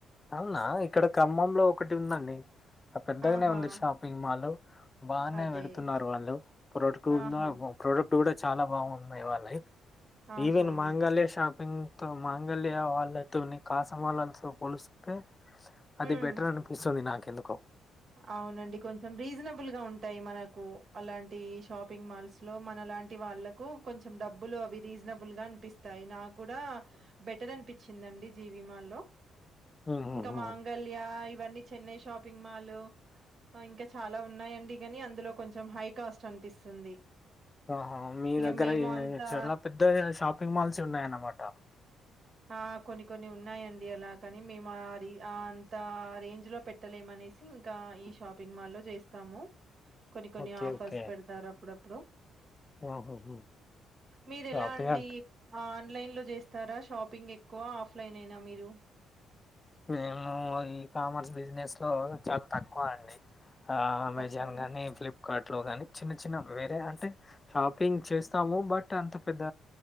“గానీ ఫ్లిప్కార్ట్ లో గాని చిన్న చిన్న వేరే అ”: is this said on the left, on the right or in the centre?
Left